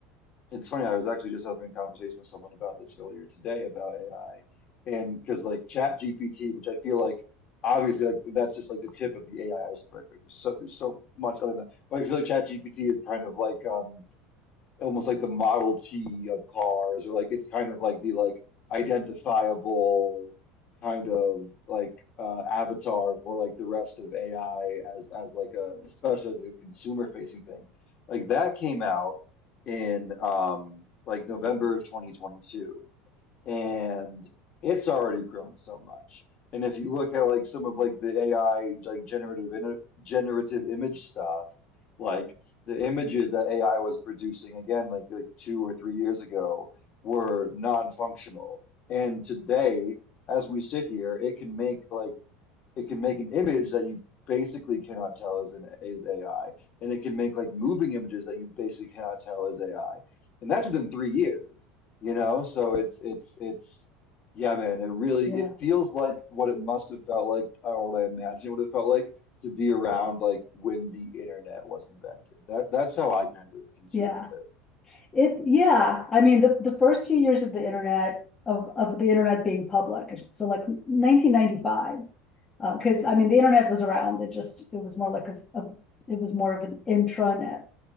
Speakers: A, on the left; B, on the left.
A: it's funny, I was actually just having a conversation with someone about this earlier today about AI. And because like Chat GPT, which I feel like obviously like that's just like the tip of the AI iceberg. Like there's so there's so much other than that. But I feel like Chat GPT is kind of like um almost like the Model T of cars, or like it's kind of like the like identifiable kind of like uh, avatar for like the rest of AI as as like a especially as like a consumer facing thing. Like that came out in um like November of 2022 and it's already grown so much. And if you look at like some of like the AI like generative in generative image stuff, like the images that AI was producing again, like like two or three years ago, were non-functional. And today, as we sit here, it can make like it can make an image that you basically cannot tell is an is AI, and it can make like moving images that you basically cannot tell is AI, and that's within three years, you know. So it's it's it's yeah, man. It really
B: yeah,
A: it feels like what it must have felt like, or what I imagine what it would have felt like to be around like when the internet was invented. That that's how I kind of conceive
B: yeah.
A: of it.
B: It, yeah. I mean, the, the first few years of the internet, of, of the internet being public, so like 1995 Because Uh, cause I mean, the internet was around, it just, it was more like a, a- it was more of an intranet.